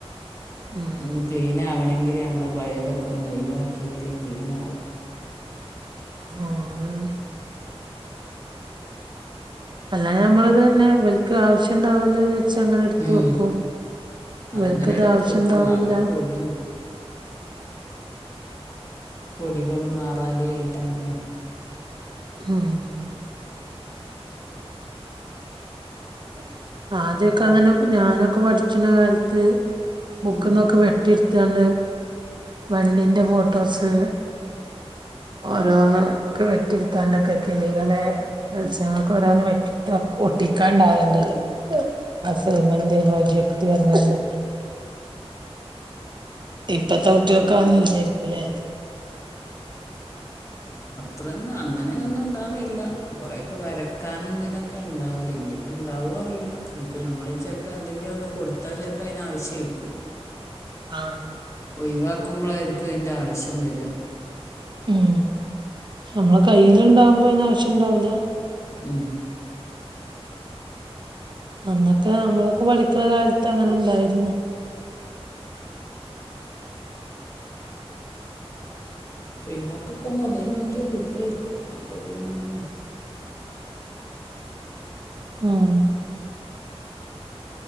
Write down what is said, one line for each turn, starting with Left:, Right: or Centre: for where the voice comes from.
Right: ഉം
Left: ഒന്ന് ക്ലീൻ ആവണെ ങ്കില് ഞമ്മള് പഴയതൊക്കെ ഒന്ന് ഒയിവാക്കിയെങ്കിലേ ക്ലീനാവുള്ളൂ
Right: ആണല്ലെ അല്ലാതെ നമ്മളത് ന്നെ വൽക്ക് ആവശ്യ ഇണ്ടാവൂലോല്ലേ ച്ചങ്ങനെ എടുത്തു
Left: ഉം
Right: വെക്കും
Left: അതങ്ങനെ
Right: വൽക്കത്
Left: എടുത്ത്
Right: ആവശ്യണ്ടാവൂല
Left: വെക്കും അവിടെ പൊടിയും പൊടികളും മാറാലേആയിട്ടങ്ങനെ
Right: ഹം <unintelligible> ആദ്യൊക്കെ
Left: അപ്പ
Right: അങ്ങനെ ഞാനൊക്കെ പഠി ച്ന്ന കാലത്ത് മുക്കുന്നൊക്കെ
Left: ഉം
Right: വെ <unintelligible> ചന്റേം വണ്ടീന്റെ ഫോട്ടോസ്സ് ഓരോന്ന് ഒക്കെ വെട്ടിയ്ടുത്താണ്ടൊക്കെ കിളികളെ മത്സ്യങ്ങൾക്കോരോന്ന് വെട്ടിയടുത്ത് വെക് ഒട്ടിക്കാണ്ടായെ ത്ണ്ടല്ലോ അസൈമെന്റ് പ്രൊജക്ട് അന്നൊണ്ട് ഇപ്പത്തെകുട്ടികക്കതൊന്നും ഇല്ല്യാരിക്കുംലേ
Left: ത്രേന്നും അങ്ങനെയൊന്നും ഉണ്ടാവയില്ല. കൊറേക്കെ വരയ്ക്കാനും ന്തിനൊക്കെ ഉണ്ടാവല്. നീപ്പ ഇണ്ടാവോ അറിയില്ല. ഇനിപ്പ ഞമ്മള് ചെൽപ്പ എന്തെങ്കിലും ഒന്ന് കൊടുത്താൽ ചെൽപ്പയ്ന് ആവശ്യാരിക്കും.
Right: ആ
Left: ഒയിവാക്കുമ്പളായ്രിക്കും അയ്ൻ്റെ ആവശ്യം വര്വാ
Right: ഉം നമ്മളെ കയ്യ്ല്ണ്ടാവുമ്പോയ്ന് ആവശ്യണ്ടാവില്ലാ
Left: ഉം
Right: അന്നൊക്കെ അമ്മളൊക്കെ പഠിക്കണ കാലത്ത് അങ്ങന്ണ്ടായിരുന്നു
Left: പിന്നൊക്കെ ഇപ്പൊ മൊബൈൽ നോക്കിയാ കിട്ടുവായിരിക്കും അപ്പൊ പിന്നെങ്ങനെയാ
Right: ഉം